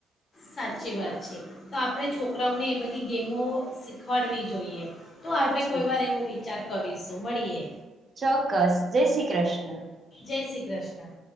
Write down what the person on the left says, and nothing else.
સાચી વાત છે તો આપણે છોકરાઓને એ બધી ગેમો શીખવાડવી જોઈએ તો આપડણે
કોઈ
વાર એવો વિચાર કવિશો મળીએ
જય શ્રી કૃષ્ણ